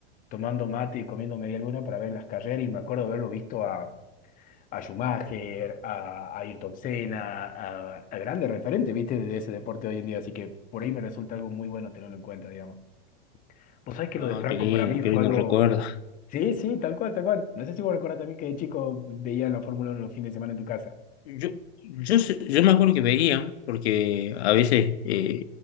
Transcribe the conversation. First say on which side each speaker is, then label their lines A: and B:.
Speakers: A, on the left; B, on the left.
A: tomando mate y comiendo media luna para ver las carreras y me acuerdo haberlo visto a a Schumacher, a, a Ayrton Senna, a, a grandes referentes, ¿viste? De ese deporte hoy en día. Así que por ahí me resulta algo muy bueno tenerlo en cuenta, digamos. Vos sabés que
B: Ah,
A: lo de Franco
B: qué lindo,
A: para mí
B: qué
A: fue
B: lindo
A: algo...
B: recuerdo.
A: Sí, sí, tal cual, tal cual. No sé si vos recordás también que de chico veía la Fórmula uno los fines de semana en tu casa.
B: Yo, yo, sé- yo me acuerdo que veían, porque a veces eh,